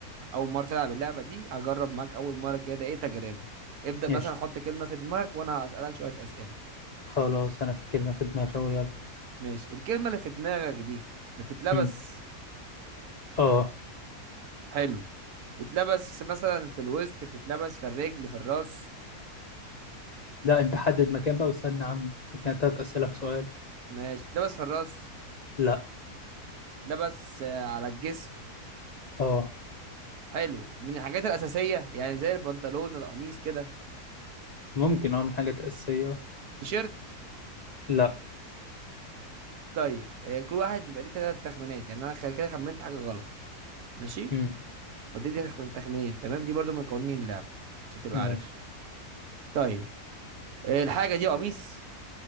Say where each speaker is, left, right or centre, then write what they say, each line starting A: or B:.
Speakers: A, on the right; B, on the left.
A: اول مرة تلعب اللعبة دي هجرب معاك اول مرة كده ايه تجربة ابدأ مثلا
B: قشطة
A: حط كلمة في دماغك وانا هسألك شوية أسئلة
B: خلاص انا في كلمة في دماغي أهو، يلا
A: ماشي الكلمة اللي في دماغك دي بتتلبس
B: امم اه
A: حلو بتتلبس مثلا في الوسط بتتلبس في الرجل في الراس
B: لا انت حدد مكان بقى واسألني عن كانت تلات اسئلة في سؤال
A: ماشي بتتلبس في الراس
B: لا
A: بتتلبس آه، على الجسم
B: اه
A: حلو من الحاجات الأساسية يعني زي البنطلون القميص كده
B: ممكن اه من حاجات اساسية
A: تيشيرت
B: لا
A: طيب آه، كل واحد بيبقى ليه ثلاث تخمينات يعني انا خ- كده خمنت حاجه غلط ماشي
B: امم
A: فاضل لي تخمين- تخمينين تمام دي برضو من قوانين اللعب عشان تبقى
B: ماشي
A: عارف طيب آه، الحاجه دي قميص